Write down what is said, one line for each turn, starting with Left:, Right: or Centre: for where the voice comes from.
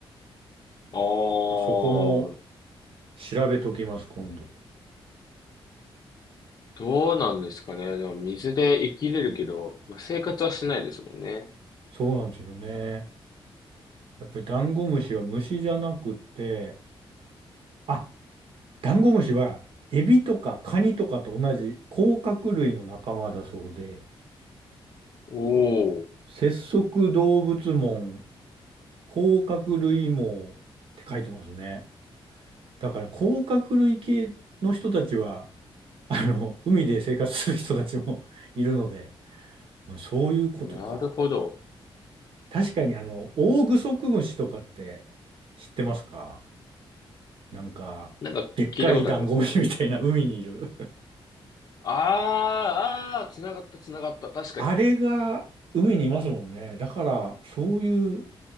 Left: あー、
Right: ちょっとそこも調べときます、今度。
Left: どうなんですかね。でも水で生きれるけど、まあ、生活はしないですもんね。
Right: そうなんですよね。やっぱりダンゴムシは虫じゃなくて、あ、ダンゴムシはエビとかカニとかと同じ甲殻類の仲間だそうで、
Left: おー、
Right: 節足動物門甲殻類網って書いてますね。だから甲殻類系の人たちは、あの、海で生活する人たちも <laughs> いるので、そういうことか。
Left: なるほど。
Right: 確かにあの、オオグソクムシとかって知ってますかなんか、
Left: なんか聞いたことありますね。
Right: でっかいダンゴムシみたいな海にいる。
Left: あー、あー、つながったつながった。
Right: <laughs>
Left: 確かに。
Right: あれが海にいますもんね。だから、そういう、